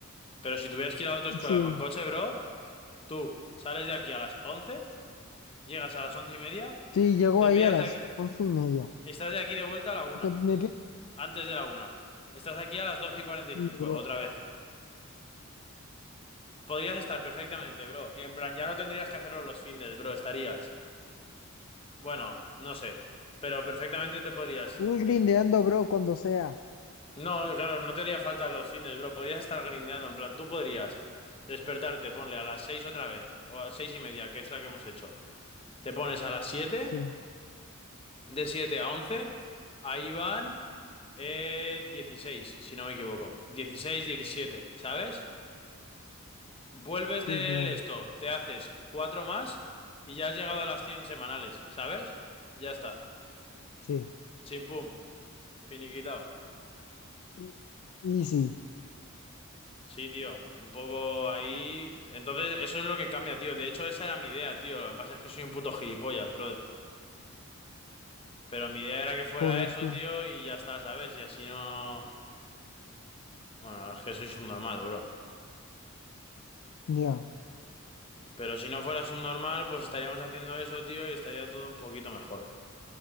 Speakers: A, on the left; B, on the left.
A: Pero si tuvieras que ir a la autoescuela
B: Sí,
A: con coche, bro, tú sales de aquí a las 11, llegas a las once y media,
B: sí, llegó
A: te
B: ahí
A: piras
B: a las
A: de aquí.
B: once y media.
A: Estás de aquí de vuelta a la una,
B: Te- me pi-
A: antes de la una. Estás aquí a las doce y cuarenta y
B: sí,
A: cinco,
B: bro.
A: otra vez. Podrías estar perfectamente, bro. Y en plan, ya no tendrías que hacerlo los fines, bro. Estarías. Bueno, no sé. Pero perfectamente te podrías.
B: Un grindeando,
A: eh,
B: bro, cuando sea.
A: No, claro, no te haría falta los fines, bro. Podrías estar grindeando. En plan, tú podrías despertarte, ponle a las seis otra vez. O a seis y media, que es la que hemos hecho. Te pones a las siete.
B: Sí,
A: De siete a once. Ahí van. Eh, 16, si no me equivoco. 16, 17, ¿sabes? Vuelves
B: sí,
A: del
B: claro.
A: esto, te haces cuatro más y ya has llegado a las 100 semanales, ¿sabes? Ya está.
B: Sí,
A: Chimpum, finiquitado.
B: Y- Easy.
A: Sí, tío, un poco ahí. Entonces, eso es lo que cambia, tío. De hecho, esa era mi idea, tío. Lo que pasa es que soy un puto gilipollas, brother. Pero mi idea era que fuera
B: Joder,
A: eso,
B: pues,
A: tío, y ya está, ¿sabes? Y así no. Bueno, es que soy subnormal, bro.
B: ya,
A: Pero si no fuera subnormal, pues estaríamos haciendo eso, tío, y estaría todo un poquito mejor.